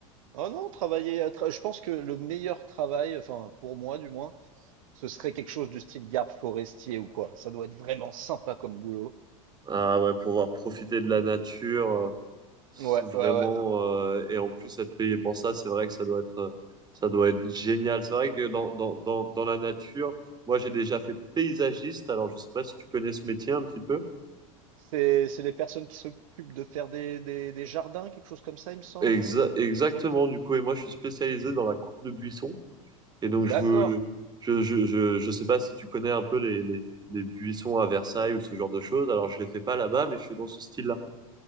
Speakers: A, on the right; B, on the right.
A: oh non, travailler. à tra- Je pense que le meilleur travail, enfin pour moi du moins, ce serait quelque chose du style garde forestier ou quoi. Ça doit être vraiment sympa comme boulot.
B: Ah ouais, pouvoir profiter de la nature, euh, c'est
A: Ouais,
B: vraiment,
A: ouais, ouais.
B: euh, et en plus être payé pour ça, c'est vrai que ça doit être, euh, ça doit être génial. C'est vrai que dans, dans, dans, dans la nature, moi j'ai déjà fait paysagiste, alors je sais pas si tu connais ce métier un petit peu.
A: C'est, c'est les personnes qui s'occupent de faire des, des, des jardins, quelque chose comme ça, il me semble,
B: Exa-
A: non?
B: exactement, du coup, et moi je suis spécialisé dans la coupe de buissons, et donc je
A: D'accord.
B: veux, je, je, je, je sais pas si tu connais un peu les, les, les buissons à Versailles ou ce genre de choses, alors je les fais pas là-bas, mais je fais dans ce style-là.